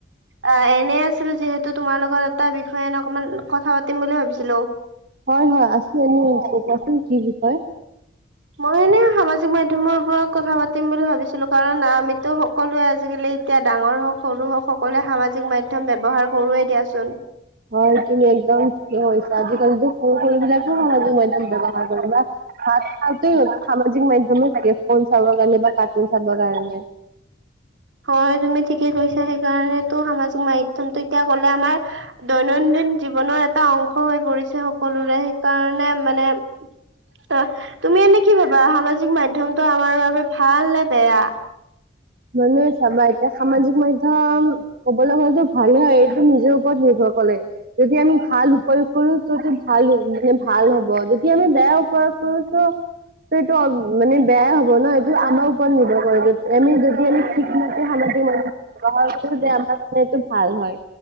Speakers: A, on the right; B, on the right.
A: অ, এনেই আছিলোঁ যিহেতু। টো তোমাৰ লগত এটা বিষয়ে অকমান কথা পাতিম বুলি ভাবিছিলোঁ।
B: হয়, হয়, আছোঁ, এনেই আছোঁ, কোৱাচোন কি বিষয়?
A: মই এনেই সামাজিক মাধ্যমৰ ওপৰত কথা পাতিম বুলি ভাবিছিলোঁ, কাৰণ আমিতো সকলোৱে আজিকালি, এতিয়া ডাঙৰ হওক, সৰু হওক, সকলোৱে সামাজিক মাধ্যম ব্যৱহাৰ কৰোঁ এ দিয়াচোন।
B: হয়, তুমি একদম ঠিকে কৈছা, আজিকালিতো সৰু সৰু বিলাকো সামাজিক মাধ্যম ব্যৱহাৰ কৰে ন। ভাত খাওঁতে সামাজিক মাধ্যমো লাগে, ফোন চাবৰ কাৰণে বা কাৰ্টুন চাবৰ কাৰণে।
A: হয়, তুমি ঠিকেই কৈছা, সেইকাৰণেতো সামাজিক মাধ্যমটো, এতিয়া ক'লে আমাৰ- দৈনন্দিন জীৱনৰ এটা অংশ হৈ পৰিছে, সকলোৰে সেইকাৰণে মানে, অ', তুমি এনেই কি ভাবা, সামাজিক মাধ্যমতটো আমাৰ বাবে ভাল নে বেয়া?
B: মানে চাবা, এতিয়া সামাজিক মাধ্যম, কবলৈ গ'লে টো' ভালে হয়, এইটো নিজৰ ওপৰত নিৰ্ভৰ কৰে। যদি আমি ভাল উপয়োগ, কৰোতো ভাল হ'ব, মানে ভাল হ'ব যদি আমি বেয়া উপয়োগ কৰো ত, ত', এইটো মানে বেয়াই হ'ব ন, এইটো আমাৰ ওপৰত নিৰ্ভৰ কৰে। আমি যদি ঠিকমতে সামাজিক মাধ্যম ব্যৱহাৰ কৰিলে, আমাৰটো এইটো ভাল হয়।